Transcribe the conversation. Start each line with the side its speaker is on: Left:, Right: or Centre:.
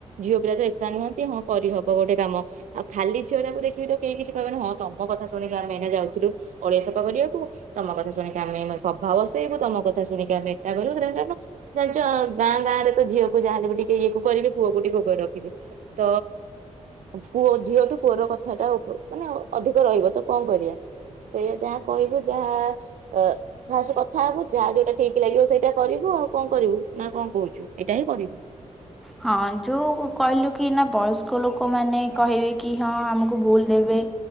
Right: ଝିଅ ପିଲାତ ଏକା ନୁହନ୍ତି ହଁ କରିହବ ଗୋଟେ କାମ ଆ ଖାଲି ଝିଅଟା ଦେଖିକିତ କେହି କିଛି କହିବେନି ହଁ ତମ କଥା ଶୁଣିକି ଆମେ ଏଇନା ଯାଉଥିଲୁ ଅଳିଆ ସଫା କରିବାକୁ ତମ କଥା ଶୁଣିକି ଆମେ ଏଇ ସଭା ବସେଇବୁ ତମ କଥା ସୁଣିକି ଆମେ ଏଟା କରିବୁ ସେ ଜାଣିଚ ଗାଁ ଗାଁରେତ ଝିଅକୁ ଯାହାଲେବି ଟିକେ ଇଏକୁ କରିବେ ପୁଅକୁ ଟିକେ ଉପରେ ରଖିବେ। ତ ପୁଅ ଝିଅଠୁ ପୁଅର କଥା ତାଉ ମାନେ ଅଧିକ ରହିବ ତକଣ କରିବା ସେୟା ଯାହା କହିବେ ଯାହା ଅଁ ଫାଷ୍ଟ କଥା ହବୁ ଯାହା ଯୋଉଟା ଠିକ୍ ଲାଗିବ ସେଇଟା କରିବୁ ଆଉ କଣ କରିବୁ ନାକଣ କହୁଚୁ ଏଇଟାହିଁ କରିବୁ। <inaudible>
Centre: ହଁ ଯୋଉ କହିଲୁକି ନା ବୟସ୍କ ଲୋକମାନେ କହିବେକି ହଁ ଆମକୁ ଭୁଲ୍ ଦେବେ